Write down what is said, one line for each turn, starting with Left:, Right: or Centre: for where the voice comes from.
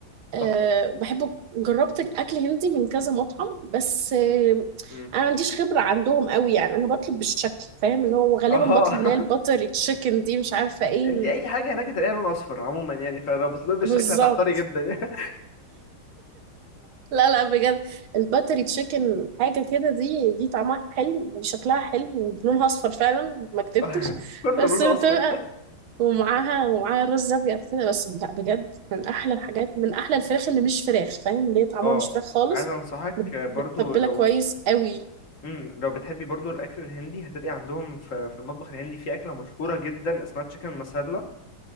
Right: أه
Left: تحفة
Right: بحبه جربت أكل هندي من كذا مطعم بس آه،
Left: امم
Right: أنا ما عنديش خبرة عندهم قوي يعني أنا بطلب بالشكل فاهم اللي هو غالبا
Left: اه
Right: بطلب اللي
Left: <laughs>
Right: هي الباتر تشيكن دي مش عارفة إيه
Left: انت
Right: ال-
Left: اي حاجة هناك هتلاقيها لون اصفر عموما يعني فلو بس لون بالشكل
Right: بالظبط
Left: هتحتاري جدا يعني
Right: لا لا بجد الباتري تشيكن حاجة كده دي دي طعمها حلو وشكلها حلو ولونها أصفر فعلا ما كدبتش
Left: <laughs> كله
Right: بس
Left: لون
Right: بتبقى
Left: اصفر
Right: ومعاها ومعاها رز أبيض كده بس لا بجد من أحلى الحاجات من أحلى الفراخ اللي مش فراخ فاهم اللي هي طعمها
Left: اه
Right: مش فراخ خالص
Left: عايز انصحك
Right: مت-
Left: برضو
Right: متبلة
Left: لو
Right: كويس قوي
Left: مم. لو بتحبي برضو الاكل الهندي هتلاقي عندهم في, في المطبخ الهندي في اكله مشهوره جدا اسمها تشيكن مسالة